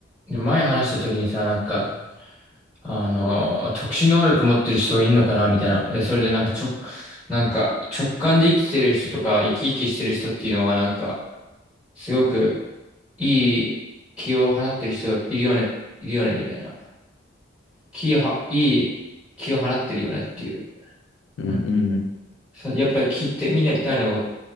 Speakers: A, in the centre; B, on the left.
A: で前話した時にさ、なんか、あのー特殊能力持ってる人いんのかなみたいな。で、それでなんかちょ、なんか直感で生きてる人とか生き生きしてる人っていうのはなんか、すごくいい気を放ってる人いるよね、いるよね、みたいな。気をは、いい気を放ってるよねっていう。
B: うんうん
A: あのさやっぱり聞いてみたいなこ